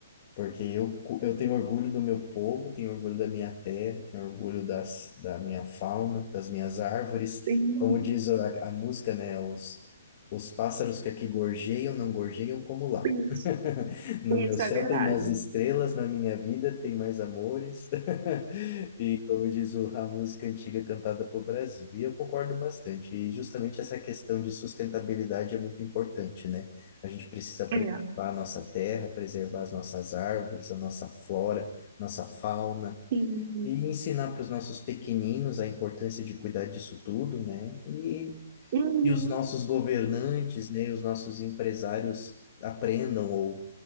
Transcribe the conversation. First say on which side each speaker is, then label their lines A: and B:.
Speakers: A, on the left (about 35°); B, on the right (about 40°).
A: Porque eu, cu- eu tenho orgulho do meu povo, tenho orgulho da minha terra, tenho orgulho das, da minha fauna, das minhas árvores.
B: Sim,
A: Como diz a, a música, né? Os, os pássaros que aqui gorjeiam, não gorjeiam como lá.
B: isso,
A: <laughs> No
B: isso
A: meu céu
B: é verdade.
A: tem mais estrelas, na minha vida tem mais amores. <laughs> E como diz o- a música antiga cantada pelo Brasil. E eu concordo bastante. E justamente essa questão de sustentabilidade é muito importante, né? A gente precisa preservar
B: É,
A: a nossa terra, preservar as nossas árvores, a nossa flora, nossa fauna,
B: sim.
A: e ensinar para os nossos pequeninos a importância de cuidar disso tudo, né? E,
B: Uhum.
A: e os nossos governantes, né, os nossos empresários aprendam ou,